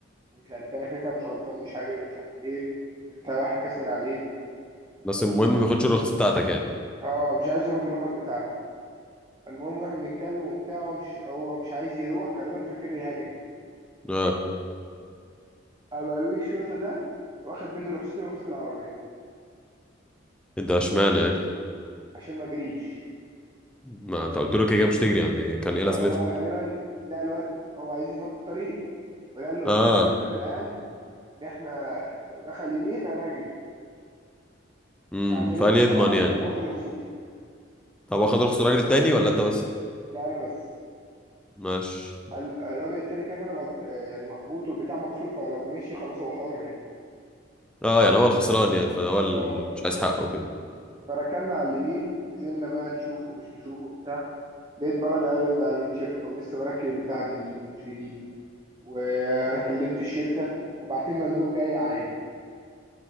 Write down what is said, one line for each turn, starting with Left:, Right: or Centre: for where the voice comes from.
Right: ومش عارف إيه، انا كده كده مش غلطان مش هجري ومش عارف ايه انت واحد كسر عليك
Centre: بس المهم ما ياخدش الرخص بتاعتك يعني
Right: اه مش عايز ياخد الرخص بتاعتي المهم واحنا بنتكلم وبتاع هو مش هو مش عايز يروح غالبا فاكر إني هجري
Centre: اه
Right: ابقى امير الشرطه ده واخد مني رخصتي ورخصه العربيه
Centre: انت اشمعنى يعني
Right: عشان ما اجريش
Centre: ما انت قلت له كده كده مش تجري يعني كان ايه
Right: فهو
Centre: لازمتها
Right: بقى غالبا لقى الواد هو عايز يفضي الطريق ولقى اللي قدامي
Centre: اه
Right: غالبا قلقان ان احنا لو دخل يمين انا اجري
Centre: امم
Right: فعشان
Centre: فقال
Right: يضمن
Centre: يضمن
Right: انا قام
Centre: يعني
Right: واخد رخصتي
Centre: طب واخد رخص الراجل التاني ولا انت بس
Right: لا انا بس
Centre: ماشي
Right: ال- الراجل التاني كده كده غلط آه، يعني مخبوط والبتاع مكسور فلو مشي خلاص هو حر يعني
Centre: اه يعني هو الخسران يعني فهو اللي
Right: اه بالظبط
Centre: مش عايز حقه كده
Right: فركنا على اليمين نزلنا بقى نشوفه مش نشوفه بتاع لقيت برجع على- لقيت عربية شركة ولسه مركب البتاع جديد ومش جديد وانا كلمت الشركة وبعتين مندوب جاي عايل